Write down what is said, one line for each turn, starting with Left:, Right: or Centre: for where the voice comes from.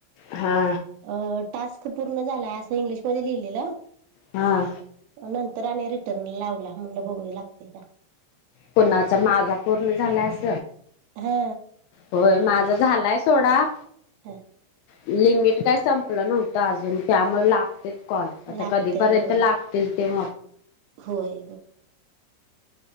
Left: हा
Right: अ टास्क पूर्ण झालाय असं इंग्लिशमध्येध्ये लिहिलेलं
Left: हा
Right: नंत तर रिटर्न लावला म्हणल बघू लागते का?
Left: कोणाचा माझा पूर्ण झालाय अस
Right: हा
Left: होय माझा झालायच थोडा
Right: हम
Left: लिमिट काय संपलं नव्हतं अजून त्यामुळे लागते कॉल आता
Right: लागतय
Left: कधीपर्यंत
Right: होय
Left: लागतील ते म...
Right: होय..